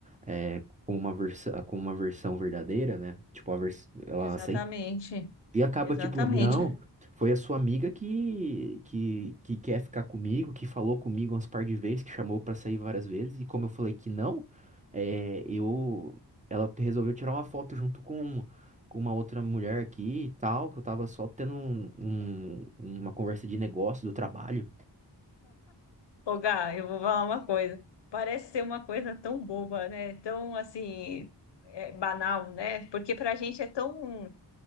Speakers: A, on the right; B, on the left.
A: é, como uma versão, como uma versão verdadeira, né? Tipo, a vers ela
B: exatamente,
A: e acaba
B: exatamente.
A: tipo, não, foi a sua amiga que, que, que quer ficar comigo, que falou comigo umas par de vezes, que chamou pra sair várias vezes, e como eu falei que não, é, eu, ela resolveu tirar uma foto junto com, com uma outra mulher aqui e tal, que eu tava só tendo um- um- uma conversa de negócio do trabalho.
B: Ô, Gá, eu vou falar uma coisa. Parece ser uma coisa tão boba, né? Tão assim, é, banal, né? Porque pra gente é tão